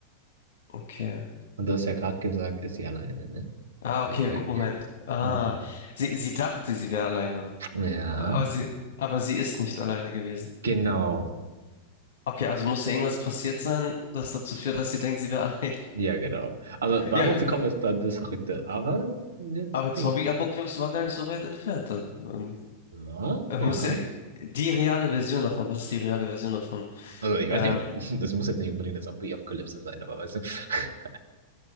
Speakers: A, on the left (about 55°); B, on the right (about 70°).
A: okay.
B: Und du hast ja gerade gesagt, ist sie alleine, ne?
A: Ah, okay,
B: Also, der,
A: Moment. Ah,
B: mhm.
A: sie, sie dachte, sie wäre alleine.
B: Ja,
A: Aber sie, aber sie ist nicht alleine gewesen.
B: genau.
A: Okay, also muss ja irgendwas passiert sein, das dazu führt, dass sie denkt, sie wäre <laughs> allein.
B: Ja, genau. Also, darauf
A: Ja, wie-
B: zu kommen, ist dann das Verrückte. Aber, jetzt
A: aber Zombie
B: Ding.
A: Apocalypse war gar nicht so weit entfernt dann. Und
B: Ja,
A: er
B: ja.
A: muss ja die reale Version davon, was ist die reale Version davon?
B: Also ich weiß
A: Ähm,
B: nicht, ob, <laughs> das muss jetzt nicht unbedingt eine Zombie-Apokalypse sein, aber weißt du. <laughs>